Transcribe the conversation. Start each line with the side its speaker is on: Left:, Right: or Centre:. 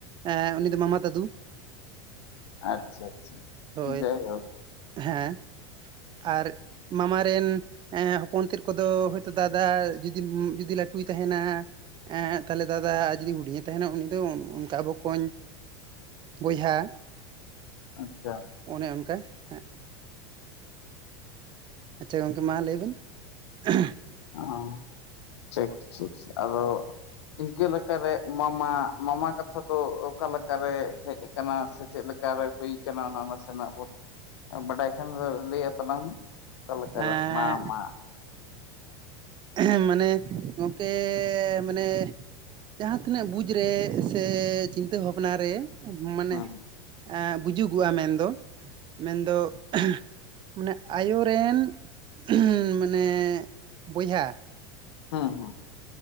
Right: ᱮ ᱩᱱᱤ ᱫᱚ ᱢᱟᱢᱟ ᱫᱟᱫᱩ,
Left: ᱟᱪᱪᱷᱟ ᱟᱪᱪᱷᱟ
Right: ᱦᱳᱭ
Left: ᱡᱟᱭᱦᱳᱠ᱾
Right: ᱦᱮᱸ ᱟᱨ ᱢᱟᱢᱟ, ᱨᱮᱱ ᱮᱸ ᱦᱚᱯᱚᱱ ᱛᱮᱫ ᱠᱚᱫᱚ ᱦᱚᱭᱛᱳ ᱫᱟᱫᱟ ᱡᱩᱫᱤ ᱡᱩᱫᱤ ᱞᱟᱹᱴᱩᱭ ᱛᱟᱦᱮᱱᱟ᱾ ᱦᱮᱸ ᱛᱟᱦᱞᱮ ᱫᱟᱫᱟ ᱡᱩᱫᱤ ᱦᱩᱰᱤᱧᱮ ᱛᱟᱦᱮᱱᱟ ᱩᱱᱤ ᱫᱚ ᱚᱱᱠᱟ ᱵᱚᱠᱚᱧ᱾ ᱵᱚᱭᱦᱟ
Left: ᱟᱪᱪᱷᱟ
Right: ᱚᱱᱮ ᱚᱱᱠᱟ, ᱦᱮ ᱟᱪᱪᱷᱟ ᱜᱚᱝᱠᱮ ᱢᱟ ᱞᱟᱹᱭᱵᱤᱱ <unintelligible>
Left: ᱚᱸ ᱴᱷᱤᱠ ᱴᱷᱤᱠ, ᱟᱫᱚ ᱤᱱᱠᱟᱹ ᱞᱮᱠᱟᱨᱮ, ᱢᱟᱢᱟ ᱢᱟᱢᱟ ᱠᱟᱛᱷᱟ ᱫᱚ ᱚᱠᱟ ᱞᱮᱠ ᱠᱟᱨᱮ ᱦᱮᱡ ᱟᱠᱟᱱᱟ ᱥᱮ, ᱪᱮᱫ ᱞᱮᱠᱟᱨᱮ ᱦᱩᱭ ᱠᱟᱱᱟ, ᱚᱱᱟ ᱱᱟᱥᱮᱱᱟᱜ ᱵᱚᱱ ᱵᱟᱰᱟᱭ ᱠᱷᱟᱱ ᱫᱚ ᱞᱟᱹᱭᱟ ᱛᱟᱞᱟᱝ ᱢᱮ, ᱚᱠᱟ ᱞᱮᱠᱟᱨᱮ
Right: ᱮᱸ
Left: ᱢᱟ ᱢᱟ
Right: <unintelligible> ᱢᱟᱱᱮ ᱜᱚᱝᱠᱮ ᱢᱟᱱᱮ ᱡᱟᱦᱟᱸ ᱛᱤᱱᱟᱹᱜ ᱵᱩᱡᱽ ᱨᱮ ᱥᱮ ᱪᱤᱱᱛᱟᱹ ᱵᱷᱟᱵᱽᱱᱟ ᱨᱮ ᱢᱟᱱᱮ
Left: ᱦᱩᱸ
Right: ᱵᱩᱡᱩᱜᱚᱜᱼᱟ ᱢᱮᱱ ᱫᱚ ᱢᱮᱱᱫᱚ, <unintelligible> ᱢᱟᱱᱮ ᱟᱭᱳ ᱨᱮᱱ <unintelligible> ᱢᱟᱱᱮ ᱵᱚᱭᱦᱟ,
Left: ᱦᱩᱸ ᱦᱩᱸ